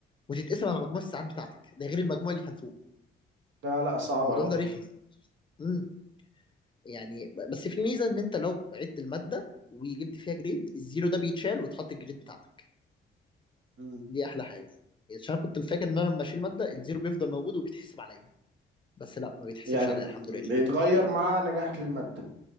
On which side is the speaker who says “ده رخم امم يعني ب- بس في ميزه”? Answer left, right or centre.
Left